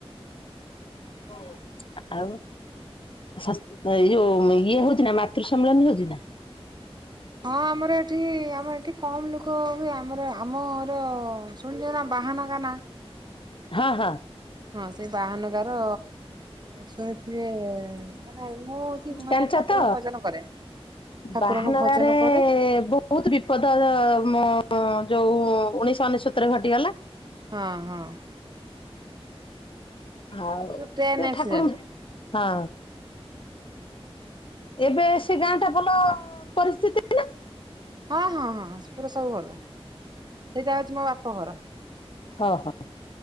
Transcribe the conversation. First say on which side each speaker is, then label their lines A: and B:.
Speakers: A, on the left; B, on the right.
A: ହ। ଆଉ ସା ଏଇ ଯୋଉ ଇଏ ହୋଉଚି ନା ମାତୃ ସମ୍ମିଳନୀ ହଉଚି ନା?
B: ହଁ ଆମର ଏଠି ଆମର ଏଠି କମ ନୁକ ହୁଏ ଆମର ଆମର ଶୁଣିଛ ନା ବାହାନଗା ନା
A: ହଁ ହଁ।
B: ହଁ ସେଇ ବାହାନଗାର ଶୁଣିଥିବେ ମାନେ ମୁଁଛି ମାନେ
A: ଜାଣିଛ
B: ଠାକୁରଙ୍କ
A: ତ
B: ଭଜନ କରେ। ଠାକୁରଙ୍କ
A: ବାହାନଗାରେ
B: ଭଜନ କରେ
A: ବହୁତ ବିପଦ ଅ ତମ ଯୋଉ ଉଣେଇଶ ଅନେଶତରେ ଘଟିଗଲା।
B: ହଁ ହଁ।
A: ଆଁ
B: ଏଇ ଯୋଉ ଟ୍ରେନ
A: ସେ
B: ଆକ୍ସିଡେଣ୍ଟ
A: ଠାକୁର ହଁ ଏବେ ସେ ଗାଁ ଟା ଭଲ ପରିସ୍ଥିତି ନା
B: ହଁ ହଁ ହଁ ପୁରା ସବୁ ଭଲ ସେଟା ହଉଛି ମୋ ବାପ ଘର
A: ହଁ ହଁ।